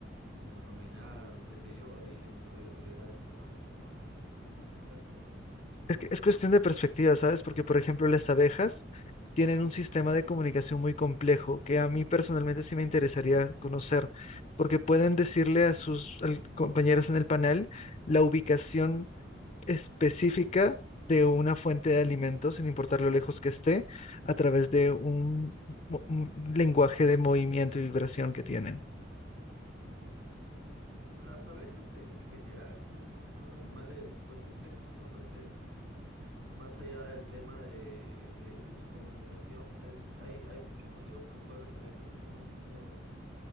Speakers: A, on the right; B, on the left.
A: y nos dominaran o qué sé yo. Ahí le encontraría utilidad en poder hablar con animales. Pero si no es el caso, no,
B: Es que- es cuestión
A: no,
B: de perspectiva, ¿sabes? Porque, por ejemplo, las abejas tienen un sistema de comunicación muy complejo que a mí personalmente sí me interesaría conocer, porque pueden decirle a sus al- compañeros en el panel la ubicación específica de una fuente de alimentos, sin importar lo lejos que esté, a través de un, mo- un lenguaje de movimiento y vibración que tienen.
A: Las abejas en general son, son animales, bueno, insectos sorprendentes. Más allá del tema de, de- de su comunicación, eh, hay, hay muchos motivos por el cual las abejas terminan siendo